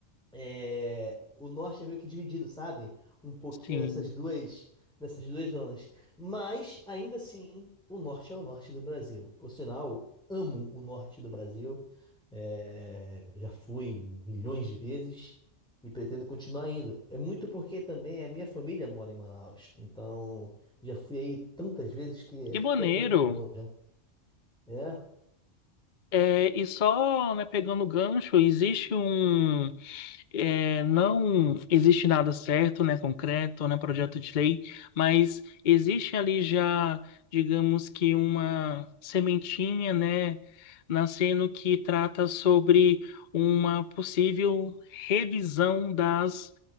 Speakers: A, in the centre; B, on the left (about 45°).
A: é, o norte é meio que dividido, sabe? Um pouquinho
B: Sim.
A: nessas duas, nessas duas zonas. Mas, ainda assim, o norte é o norte do Brasil. Por sinal, amo o norte do Brasil. É, já fui milhões de vezes e pretendo continuar indo. É muito porque também a minha família mora em Manaus. Então, já fui aí tantas vezes que
B: Que
A: até
B: maneiro!
A: perco minha conta. já. É,
B: É, e só, né, pegando o gancho, existe um é, não existe nada certo, né, concreto, né, projeto de lei, mas existe ali já, digamos que uma sementinha, né, nascendo que trata sobre uma possível revisão das